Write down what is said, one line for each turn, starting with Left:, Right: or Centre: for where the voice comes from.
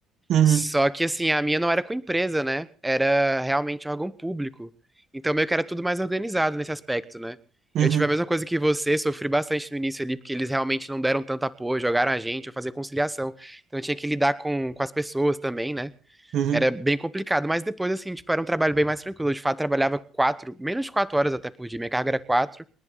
Right: Uhum,
Centre: Só que assim, a minha não era com empresa, né? Era realmente órgão público. Então meio que era tudo mais organizado nesse aspecto, né?
Right: uhum,
Centre: Eu tive a mesma coisa que você, sofri bastante no início ali, porque eles realmente não deram tanto apoio, jogaram a gente, eu fazia conciliação. Então eu tinha que lidar com, com as pessoas também, né?
Right: uhum.
Centre: Era bem complicado, mas depois, assim, tipo, era um trabalho bem mais tranquilo. Eu, de fato, trabalhava quatro, menos de quatro horas até por dia, minha carga era quatro,